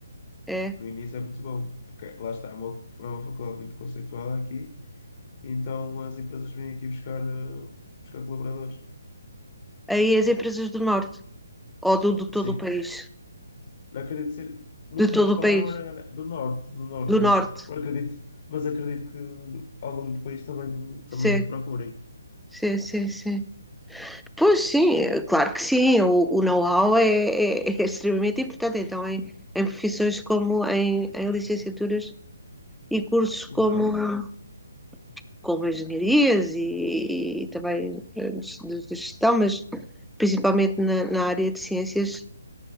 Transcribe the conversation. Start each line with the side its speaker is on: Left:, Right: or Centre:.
Centre: é.
Left: No início é muito bom, porque lá está, é uma, é uma faculdade muito conceitual aqui, então as empresas vêm aqui buscar, eh, buscar colaboradores.
Centre: aí as empresas do norte, ou do, do todo
Left: Sim,
Centre: o país.
Left: não acredito ser. No
Centre: de
Left: que
Centre: todo
Left: me falaram
Centre: o país,
Left: era do norte, no norte,
Centre: do
Left: mas
Centre: norte.
Left: por acredito, mas acredito que ao longo do país também, também
Centre: Sim,
Left: procurem.
Centre: sim, sim, sim. Pois sim, é claro que sim, o, o know-how é, é- é extremamente importante, então em, em profissões como em, em licenciaturas e cursos como,
Left: Exato.
Centre: como engenharias e, e também eh, de de gestão, mas principalmente na, na área de ciências,